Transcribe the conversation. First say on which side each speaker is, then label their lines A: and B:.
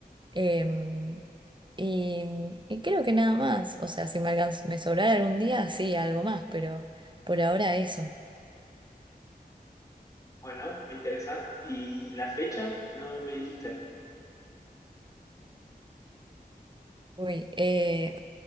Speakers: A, on the right; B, on the left.
A: Em, y, y creo que nada más, o sea, si me alcanz- me sobrara algún día, sí, algo más, pero por ahora eso.
B: Bueno, me interesa. ¿Y la fecha? No me dijiste.
A: Uy, eh,